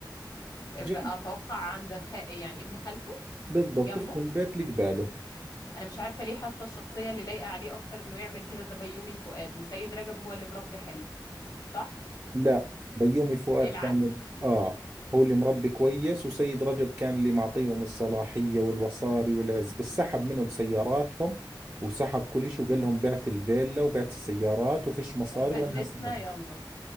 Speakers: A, on the left; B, on the right.
A: اتوقع
B: جنب
A: عند خ... يعني ابن خالته
B: بالضبط
A: جنبه
B: بسكن البيت اللي قباله
A: انا مش عارفة ليه حاسة الشخصية اللي لايقة عليه اكتر انه يعمل كده ده بيومي فؤاد وسيد رجب هو اللي مربي حلو صح
B: لا بيومي فؤاد
A: العكس
B: كان ل- اه هو اللي مربي كويس وسيد رجب كان اللي معطيهم الصلاحية والوصاري والعز بس سحب منهم سياراتهم وسحب كل شيء وقال لهم بعت الفيلا وبعت السيارات وفيش مصاري
A: وفلسنا
B: وانا هسه هب-
A: يلا